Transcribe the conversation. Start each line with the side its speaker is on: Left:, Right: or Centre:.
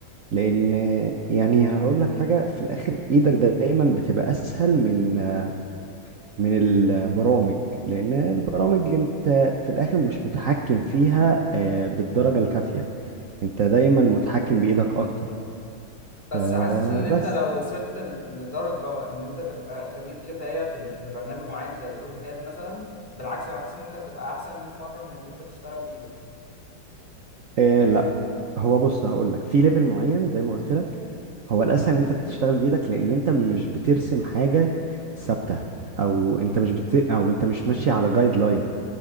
Right: لان آه، يعني هقول لك حاجه في الاخر ايدك دايما بتبقى اسهل من آه، من البرامج لان البرامج انت في الاخر مش متحكم فيها آه، بالدرجه الكافيه انت دايما متحكم بايدك اكتر
Left: بس
Right: فبس
Left: حاسس ان انت لو وصلت ل- لدرجه ان انت تبقى خبير كفايه في ال- في برنامج معين زي اوتوكاد مثلا بالعكس انا حاسس ان انت هتبقى احسن 100 مره من ان انت تشتغل بايدك
Right: آه، لا هو بص هقول لك في ليفل معين زي ما قلت لك هو الاسهل ان انت تشتغل بايدك لان انت مش بترسم حاجه ثابته او انت مش بت... او انت مش ماشي على جايد لاين